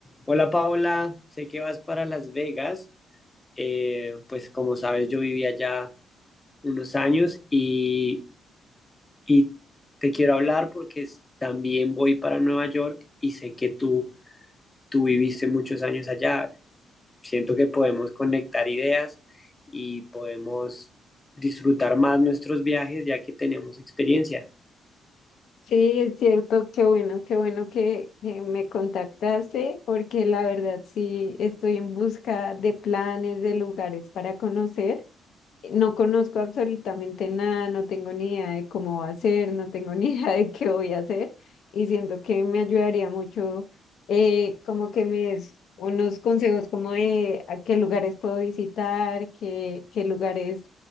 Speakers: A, on the left (about 20°); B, on the left (about 70°).
A: Hola Paola, sé que vas para Las Vegas. Eh, pues como sabes, yo viví allá unos años y, y te quiero hablar porque es- también voy para Nueva York y sé que tú, tú viviste muchos años allá. Siento que podemos conectar ideas y podemos disfrutar más nuestros viajes ya que tenemos experiencia,
B: Sí, es cierto, qué bueno, qué bueno que, que me contactaste, porque la verdad sí estoy en busca de planes, de lugares para conocer. No conozco absolutamente nada, no tengo ni idea de cómo va a ser, no tengo <laughs> ni idea de qué voy a hacer y siento que me ayudaría mucho eh, como que me des unos consejos como de a qué lugares puedo visitar, qué, qué lugares